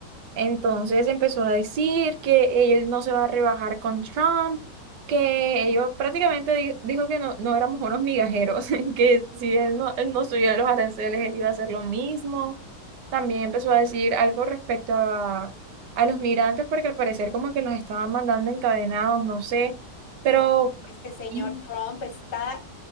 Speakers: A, on the right (about 75°); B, on the left (about 65°).
A: Entonces empezó a decir que él no se va a rebajar con Trump, que ellos prácticamente di- dijo que no, no éramos unos migajeros, <laughs> que si él no, él no subía los aranceles, él iba a hacer lo mismo. También empezó a decir algo respecto a, a los migrantes, porque al parecer como que los estaban mandando encadenados, no sé, pero
B: Ah, este señor
A: Mm,
B: Trump está